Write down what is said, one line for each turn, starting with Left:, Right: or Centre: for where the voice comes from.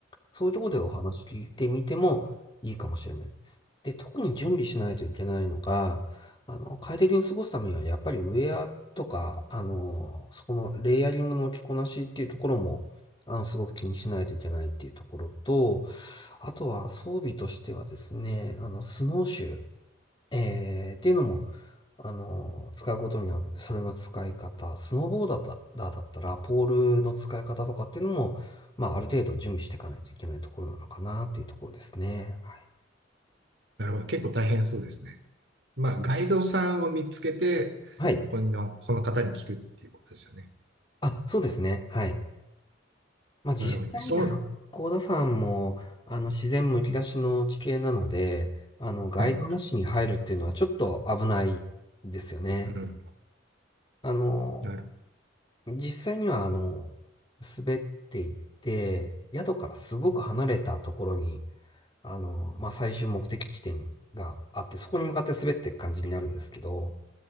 Left: そういうところでお話聞いてみてもいいかもしれないです。で、特に準備しないといけないのが、あの、快適に過ごすためには、やっぱりウェアとか、あの、そこのレイヤリングの着こなしっていうところも、あの、すごく気にしないといけないっていうところと、あとは装備としてはですね、あの、スノーシュー。えー、っていうのも、あの、使うことになるので、それの使い方、スノーボーダーだダーだったら、ポールの使い方とかっていうのも、まあ、ある程度準備していかないといけないところなのかなっていうところですね。はい。
Right: なるほど。結構大変そうですね。まあ、ガイドさんを見つけて、
Left: はい。
Right: そこの、その方に聞くっていうことですよね。
Left: あ、そうですね。はい。まあ、実際に八甲田山も、
Right: なるほど。そう
Left: あの、自然むき出しの地形なので、あの、ガイドなしに入るっていうのはちょっと危ないですよね。
Right: はい。うん。
Left: あの、
Right: なるほ
Left: 実際には、あの、滑っていって、宿からすごく離れたところに、あの、まあ、最終目的地点があって、そこに向かって滑っていく感じになるんですけど、